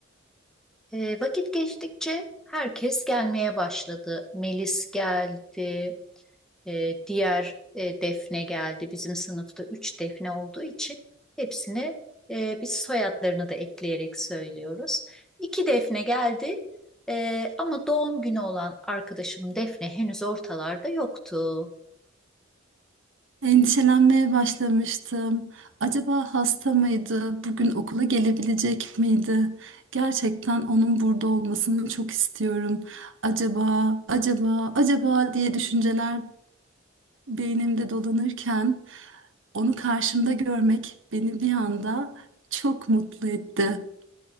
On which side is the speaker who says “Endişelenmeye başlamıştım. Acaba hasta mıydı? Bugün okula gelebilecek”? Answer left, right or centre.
Right